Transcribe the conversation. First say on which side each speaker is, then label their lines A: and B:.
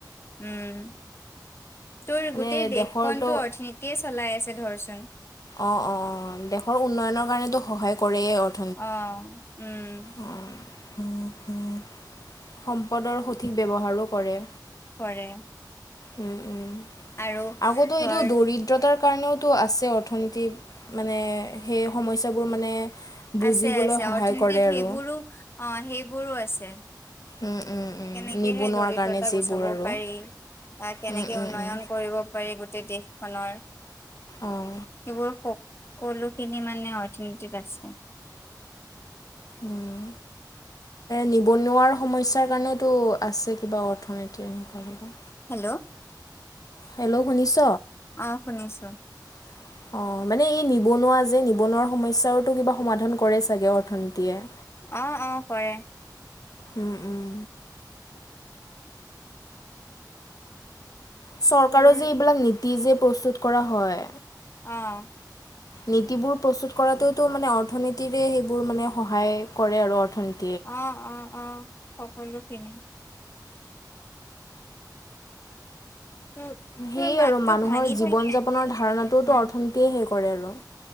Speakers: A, on the left; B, on the left.
A: উম তোৰ
B: মানে
A: গোটেই দেশখন
B: দেশৰতো
A: তো অৰ্থনীতি তিয়ে চলাই আছে ধৰাচোন।
B: অ' অ' অ' দেশৰ উন্নয়নৰ কাৰণেতো সহায় কৰেয়েই অৰ্থ
A: অ' উম।
B: অঁ। সম্পদৰ সঠিক ব্যৱহাৰো কৰে।
A: কৰে।
B: উম উম
A: আৰু
B: আগতো
A: ধৰ
B: এইটো দৰিদ দ্ৰতাৰ কাৰণেওতো আছে অৰ্থনীতি মানে সেই সমস্যাবোৰ মানে। বুজিবলৈ
A: আছে আছে
B: সহায়
A: অৰ্থনীতিত
B: কৰে আৰু
A: সেইবোৰো অ সেইবোৰো আছে।
B: উম উম উম
A: কেনেকেহে
B: নিবনুৱাৰ
A: দৰিদ্ৰতা
B: কাৰণে যিবোৰ
A: গুচাব
B: আৰু
A: পাৰি। বা কেনেকে
B: উম উম
A: উন্নয়ন
B: উম
A: কৰিব পাৰি গোটেই দেশখনৰ।
B: অঁ।
A: সেইবোৰ কলোখিনি মানে অৰ্থনীতিত আছে।
B: উম। নিবনুৱাৰ সমস্যাৰ কাৰণেওতো আছে কিবা অৰ্থনীতি এনেকুৱা
A: হেল্ল'।
B: হেল্ল' শুনিছ?
A: অ' শুনিছোঁ।
B: <inaudible> অ' মানে এই নিবনুৱা যে, নিবনুৱা সমস্যাৰতো কিবা সমাধান কৰে ছাগে অৰ্থনীতিয়ে?
A: অঁ অঁ কৰে।
B: উম উম। চৰকাৰৰ
A: তোৰ
B: যে এইবিলাক নীতি যে প্ৰস্তুত কৰা হয়
A: অঁ।
B: নীতিবোৰ প্ৰস্তুত কৰাতওতো মানে অৰ্থনীতিৰে সেইবোৰ মানে সহায় কৰে আৰু অৰ্থনীতি।
A: অঁ অঁ অঁ সকলোখিনি। তোৰ
B: সেয়ে
A: তোৰ মাতটো
B: আৰু মানুহৰ
A: ভাঙি
B: জীৱন-যাপনৰ
A: ভাঙি আহি আছে
B: ধাৰণাটোওতো
A: অলপমান
B: অৰ্থনীতিয়ে সেৰি কৰে আৰু।